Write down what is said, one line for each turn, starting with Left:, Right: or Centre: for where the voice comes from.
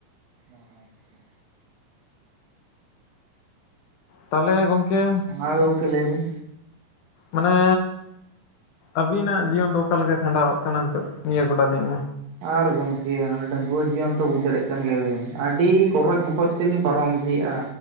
Right: ᱚᱸ ᱟᱪᱪᱷᱟ
Left: ᱛᱟᱦᱚᱞᱮ ᱜᱚᱝᱠᱮ
Right: ᱟᱨ ᱜᱚᱢᱠᱮ ᱞᱟᱹᱭ ᱵᱤᱱ
Left: ᱢᱟᱱᱮ ᱟᱹᱵᱤᱱᱟᱜ ᱡᱤᱭᱚᱱ ᱫᱚ ᱚᱠᱟᱞᱮᱠᱟ ᱠᱷᱟᱸᱰᱟᱣᱚᱜ ᱠᱟᱱᱟ ᱱᱤᱛᱚᱜ ᱱᱤᱭᱟᱹ ᱜᱚᱴᱟ ᱫᱤᱱ
Right: ᱟᱨ ᱜᱚᱢᱠᱮ ᱰᱺᱜᱩᱣᱟᱹ ᱡᱤᱭᱚᱱ ᱛᱚ ᱵᱩᱡ ᱫᱟᱲᱮᱭᱟᱜ ᱠᱟᱱ ᱜᱮᱭᱟᱵᱤᱱ ᱟᱹᱰᱤ ᱠᱚᱨᱚᱡ ᱢᱚᱴᱚᱡ ᱛᱮᱞᱤᱧ ᱯᱟᱨᱚᱢ ᱤᱫᱤᱭᱮᱜᱼᱟ